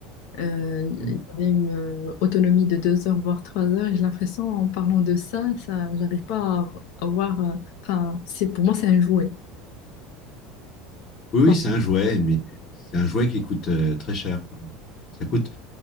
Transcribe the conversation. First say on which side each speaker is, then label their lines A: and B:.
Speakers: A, on the left (about 70°); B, on the left (about 40°).
A: Euh,
B: Oui,
A: il y avait une euh, autonomie de deux heures, voire trois heures. Et j'ai l'impression, en parlant de ça, ça, j'arrive pas à avoir. euh, Enfin, c'est pour moi, c'est un jouet.
B: oui,
A: Pas-
B: c'est un jouet, mais c'est un jouet qui coûte euh, très cher, quoi. Ça coûte.